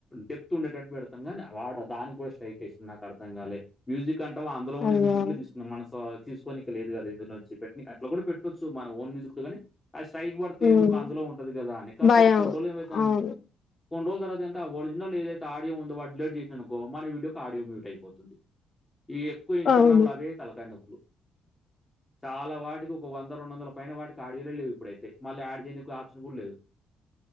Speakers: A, on the left; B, on the left.
A: డెప్త్ ఉండేటట్టు పెడతాను కానీ వాడు దానికి కూడా స్ట్రైక్ ఏసిండు నాకు అర్థం కాలేదు మ్యూజిక్ కంటవ అందులో ఉన్న
B: అయ్యో
A: మ్యూజిక్ మన సో తీసుకొనికి లేదు కదా ఇందులో నుంచి పెట్టి అట్లా కూడా పెట్టొచ్చు మన ఓన్ మ్యూజిక్ తో కాని ఆది స్ట్రైక్ పడుతుంది
B: ఉమ్
A: ఎందుకు అందులో ఉంటది కదా అని కాకపోతే
B: భయం
A: కొండ్రోల్ ఏమయిదం
B: అవును
A: కొన్ని రోజుల తర్వాత ఎంటే ఆ ఒరిజినల్ ఏదైతే ఆడియో ఉందొ వాడు డిలీట్ చేసిండు అనుకో మన వీడియోకి ఆడియో మ్యూట్ అయిపోతది ఈ ఎక్కువ ఇన్స్టాగ్రామ్
B: అవును
A: లో అవే తలకాయ్ నొప్పులు చాలా వాటికి ఒక వంద రెండు వందల పైన వాటికి ఆడియోలే లేవు ఇప్పుడైతే మళ్ళ యాడ్ చేయనికి ఆప్షన్ కూడా లేదు